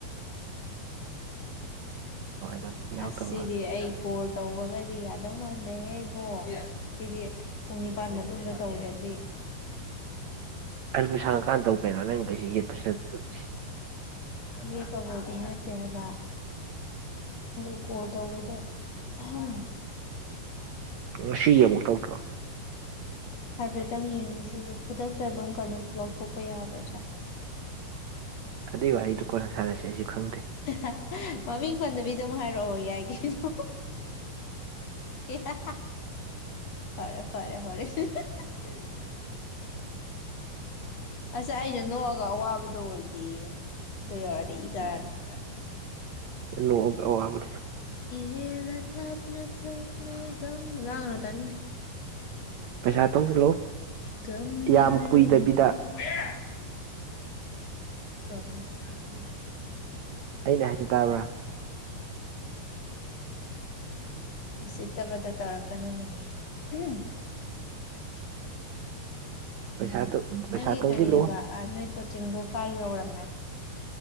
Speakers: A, on the right; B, on the left.
A: ꯅꯨꯡꯉꯥꯏꯗꯣꯏꯅꯤ ꯌꯥꯎ
B: ꯑꯁꯤꯗꯤ
A: ꯇꯧ ꯃꯥꯜꯂꯦ
B: ꯑꯩ ꯀꯣꯜ ꯇꯧꯕꯒꯗꯤ ꯌꯥꯗꯧ ꯃꯥꯟꯗꯦꯍꯦ ꯏꯕꯣ ꯁꯤꯗꯤ ꯄꯨꯡ ꯅꯤꯄꯥꯜ ꯃꯇꯨꯡꯗ ꯇꯧꯗ꯭ꯔꯗꯤ
A: ꯑꯗꯨꯝ ꯁꯪꯉꯀꯥꯟꯗ ꯇꯧ ꯀꯩꯅꯣ ꯅꯪ ꯀꯩꯁꯤ ꯌꯦꯠꯄꯁꯨ ꯅꯠꯇꯕꯗꯣ ꯏꯁ
B: ꯌꯦꯠꯄꯕꯨꯗꯤ ꯅꯠꯇꯦ ꯍꯥꯏꯕꯥ ꯑꯗꯩ ꯀꯣꯜ ꯇꯧꯕꯗꯣ ꯑꯍꯝ
A: ꯉꯁꯤꯒꯤ ꯑꯃꯣꯛ ꯇꯧꯗ꯭ꯔꯣ
B: ꯍꯥꯏꯐꯦꯠꯇꯪ ꯌꯦꯡꯖꯤ ꯁꯤꯖꯦ ꯈꯨꯗꯛꯇ ꯑꯗꯨꯝ ꯀꯩꯅꯣ ꯂꯧꯊꯣꯛꯄ ꯌꯥꯕ꯭ꯔꯥꯁꯦ ꯍꯥ ꯍꯥ
A: ꯑꯗꯨꯏ ꯋꯥꯔꯤꯗꯨ ꯀꯣꯟꯅ ꯁꯥꯟꯅꯁꯦ ꯑꯩꯁꯨ ꯈꯪꯗꯦ
B: ꯍꯍ ꯃꯃꯤꯡ ꯄꯟꯗꯕꯤ ꯑꯗꯨꯝ ꯍꯥꯏ ꯔꯛꯑꯣ ꯌꯥꯏ ꯀꯩꯅꯣ ꯍꯍ ꯍ ꯍꯦ ꯍꯥ ꯍꯥ ꯐꯔꯦ ꯐꯔꯦ ꯍꯣꯔꯦꯟ ꯍꯨ ꯍꯨ ꯍꯨ ꯑꯁ ꯑꯩꯅ ꯅꯣꯛꯑꯒ ꯑꯋꯥꯕꯗꯣ ꯑꯣꯏ ꯇꯤ ꯑꯗꯨ ꯌꯧꯔꯛꯑꯗꯤ ꯏ ꯀꯥꯔꯛꯑꯅꯤ
A: ꯂꯣꯛ ꯑꯥꯎꯠ ꯑꯋꯥꯕꯗꯤ
B: ꯌꯦꯜꯂ ꯊꯠ ꯅꯥ ꯊꯠ ꯃꯦ ꯒꯝ ꯂꯥꯡꯒꯅꯨ ꯇꯥꯅꯤꯡꯗꯦ
A: ꯄꯩꯁꯥ ꯇꯨꯡꯁꯤꯜꯂꯣ
B: ꯒꯝ ꯃꯥꯔꯦ
A: ꯌꯥꯝ ꯀꯨꯏꯗꯕꯤꯗ
B: ꯒꯝ ꯃꯥꯔ ꯑꯗꯨ ꯇꯧꯀꯟ ꯇꯨꯀꯤꯃꯤ
A: ꯑꯩꯅ ꯍꯥꯏꯖꯦ ꯇꯥꯕ꯭ꯔꯥ
B: ꯎꯁꯤꯠꯇꯕꯗꯣ ꯇꯧꯔꯛꯀꯅꯨꯅꯦꯍꯦ ꯎꯝ
A: ꯄꯩꯁꯥ ꯄꯩꯁꯥ
B: ꯅꯪꯒꯤ
A: ꯇꯨꯡꯁꯤꯜꯂꯨ
B: ꯀꯔꯤꯑꯕ ꯑꯥ ꯅꯣꯏ ꯀꯣ ꯆꯤꯡꯗꯣ ꯀꯥꯏ ꯌꯧꯔꯝꯃꯦ